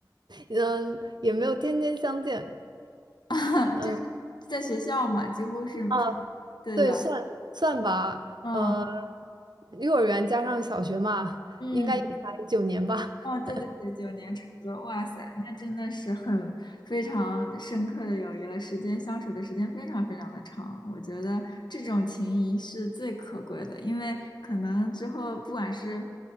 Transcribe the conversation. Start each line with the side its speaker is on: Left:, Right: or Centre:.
Right: 嗯，也没有天天相见，
Left: <laughs>
Right: 嗯。
Left: 就是在学校嘛，几乎是处于对吧？
Right: 啊。对，算算吧，
Left: 嗯。
Right: 呃，幼儿园加上小学嘛，
Left: 嗯，
Right: 应该也才九年吧。
Left: 哦，
Right: <laughs>
Left: 对对对，九年差不多，哇塞，那真的是很非常深刻的友谊了，时间相处的时间非常非常的长，我觉得这种情谊是最可贵的，因为可能之后不管是